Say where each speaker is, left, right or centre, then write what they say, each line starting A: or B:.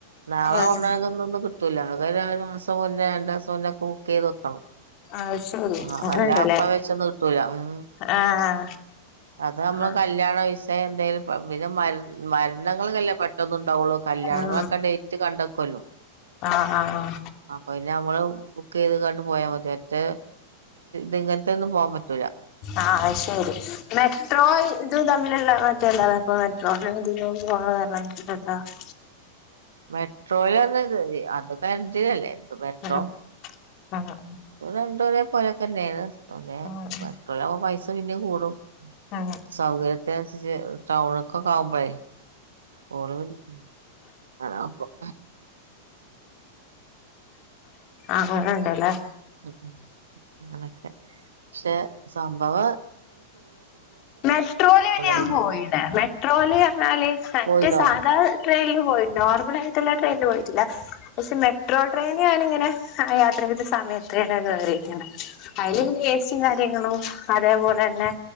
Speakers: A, on the right; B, on the left.
A: നാളെ
B: ആഹ്
A: പോണേക്ക് ന്ന് ട്ടൂലാ ഒരു മാസം മുന്നേ രണ്ടാസം മുന്നേ ഒക്കെ ബാക്കെയ്ത് വെക്കണം
B: അത് ശരി
A: ആഹ്
B: അങ്ങനെണ്ടല്ലേ
A: അല്ലപ്പം വെച്ചൊന്നും കിട്ടൂല ഉം
B: ആഹ്
A: അത് നമ്മള്
B: ആഹ്
A: കല്ല്യാണോ വിസയെന്തേലും പിന്നെ മ മർണങ്ങൾക്കല്ലെ പെട്ടെ ളെന്നെ ഇണ്ടാവുള്ളൂ കല്യാണങ്ങളൊക്കെ
B: ഉം
A: ഡേറ്റ് കണ്ടക്കല്ലോ
B: ആഹ് ആഹ്
A: അപ്പൊ പിന്നെ നമ്മള് ബുക്ക് ചെയ്ത് കാണ്ട് പോയാ മതി. മറ്റേ ദിങ്ങൻത്തെന്നും പോകാൻ പറ്റ റ്റൂല
B: ആഹ് ശരി മെട്രോ ഇതും തമ്മിലുള്ള മറ്റെന്താണ് ഇപ്പ മെട്രോ ഇതിലും പോണതാ - <inaudible>
A: മെട്രോലർഞ്ഞ അത് കർണ്ടിനല്ലേ മെട്രോ
B: ആഹ് ആഹ്
A: രണ്ടു ഒരേ പോലെക്കേന്നെണ് പിന്ന
B: ഉം
A: മെട്രോലാവുമ്പോ പൈസ പിന്നിം കൂടും
B: ഉം
A: സൗകര്യത്തിനൻസരിച്ച് ടൗണൊക്കക്കാവുമ്പോള് ആഹ് അപ്പം
B: ആഹ് അങ്ങനെണ്ട് ലേ
A: ഉം അങ്ങനൊക്കെ പക്ഷെ സംഭവ
B: മെട്രോലേന് ഞാൻ
A: പിന്നെ
B: പോയിനേ. മെട്രോലർഞ്ഞാല് മറ്റ്
A: പോയിനോ
B: സാധാ ട്രെയിൻൽ പോയിണ്ട്. നോർമൽ ആയിട്ട്ള്ള ട്രയിൻൽ പോയിട്ടില്ല പക്ഷേ മെട്രോൽ ട്രെയിൻ ഞാനിങ്ങനെ യാത്രെയ്ത സമയത്തന്നെ കേറിക്ക്ണ്. അയിൽ ഏസിം കാര്യങ്ങളും അതേപോലെന്നെ